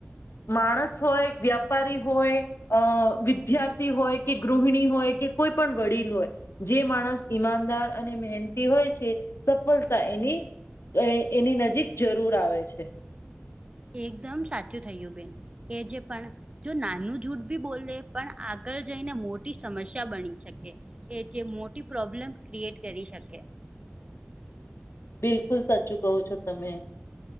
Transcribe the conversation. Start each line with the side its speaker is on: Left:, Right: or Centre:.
Left: માણસ હોય વ્યાપારી હોય. અ વિદ્યાર્થી હોય કે ગૃહિણી હોય કે કોઈ પણ વડીલ હોય. જે માણસ ઈમાનદાર અને મહેનતી હોય છે સફળતા એની. એની નજીક જરૂર આવે છે.
Right: એકદમ સાચું થયું બેન એ જે પણ. જો નાનું જૂઠ બી બોલે પણ આગળ જઈને મોટી સમસ્યા બની શકે. એ જે મોટી પ્રોબ્લેમ ક્રિએટ કરી શકે.
Left: બિલકુલ સાચું કહો છો તમે.